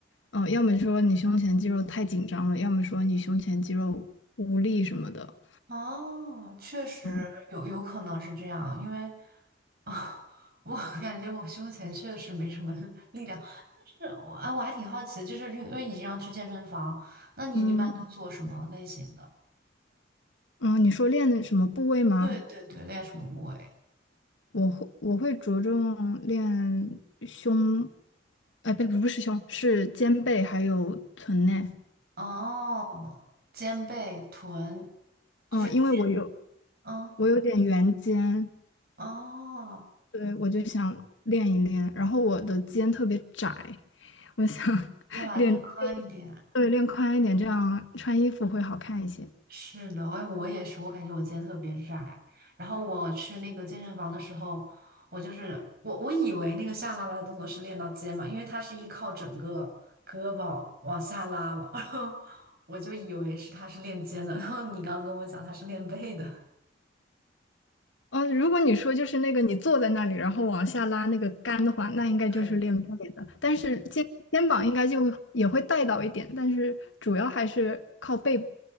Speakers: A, on the left; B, on the right.
A: 嗯、要么说你胸前肌肉太紧张了，要么说你胸前肌肉无力什么的。
B: 哦，确实有有可能是这样，
A: 嗯，
B: 因为啊，<laughs> 我感觉我胸前确实没什么力量，但是我啊，我还挺好奇的，就是因为你经常去健身房，那你一般都做什么类型的？
A: 嗯嗯，你说练的什么部位吗？
B: 对对对，练什么部位？
A: 我会我会着重练胸，哎，不不是胸，是肩背还有臀内。
B: 哦，肩背臀，就是肩，
A: 哦，因为我有
B: 嗯，
A: 我有点圆肩，
B: 哦，
A: 对，我就想练一练。然后我的肩特别窄，我想 <laughs>
B: 想把它练宽一点。
A: 练对练宽一点，这样穿衣服会好看一些。
B: 是的，我我也是，我感觉我肩特别窄。然后我去那个健身房的时候，我就是我我以为那个下拉拉的动作是练到肩嘛，因为它是依靠整个胳膊往下拉嘛，<laughs> 然后我就以为是它是练肩的。然后你刚刚跟我讲它是练背的，
A: 呃，如果你说就是那个你坐在那里，然后往下拉那个杆的话，那应该就是练背的。
B: 对，
A: 但是肩肩膀应该就会也会带到一点，但是主要还是靠背，